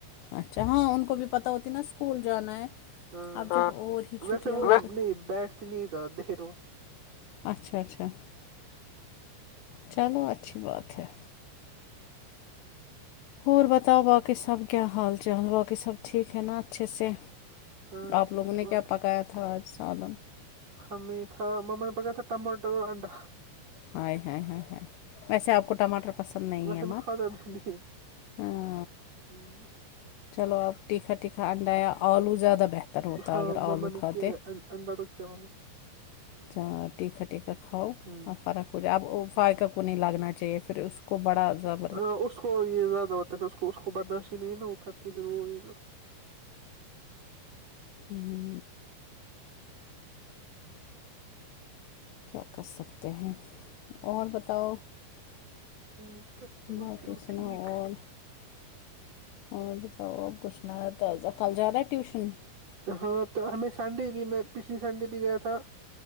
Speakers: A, on the left; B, on the right.
A: اچھا ہاں ان کو بھی پتا ہوتی نا اسکول جانا ہے
B: ہاں
A: اب جب اور ہی چھٹیاں
B: ویسے وہ
A: ہو گئی
B: نہیں بیٹھتی نہیں زیادہ دیر وه
A: اچھا اچھا چلو اچھی بات ہے
B: ہاں
A: اور بتاؤ باقی سب کیا حال چال باقی سب ٹھیک ہے نا اچھے سے
B: ہاں
A: آپ
B: ٹھیک
A: لوگوں نے کیا
B: اوکے
A: پکایا تھا آج سالن
B: ہمیں تھا مما نے پکایا تھا ٹماٹر اور انڈا
A: ہائے ہائے ہائے ہائے ویسے آپ کو ٹماٹر پسند نہیں
B: ویسے
A: ہے
B: میں
A: مات
B: کھاتا بھی نہیں
A: ہاں
B: ہوں
A: چلو آپ تیکھا تیکھا انڈا یا آلو زیادہ بہتر ہوتا
B: ہاں
A: اگر آلو
B: مما نے
A: کھاتے
B: کیا اند انڈا تو کیا ممی
A: اچھا ٹیکا ٹیکا کھاؤ
B: نے
A: اور فرق کچھ اب وه فائقہ کو نہیں لگنا چاہیے پھر اس کو بڑا ضاب
B: ہاں اس کو یہ زیادہ ہوتا ہے پھر اس کو برداشت نہیں نا وہ کرتی پھر وہ یہ
A: ہوں کیا کر سکتے ہیں اور بت تو
B: ہوں بس وہ
A: باقی
B: کیوں
A: سناؤ
B: ٹھیک
A: اور اور بسؤ کچھ نا تھا کل جانا ہے ٹیوشن
B: ہاں تو ہمیں سنڈے بھی میں پچھلی سنڈے بھی گیا تھا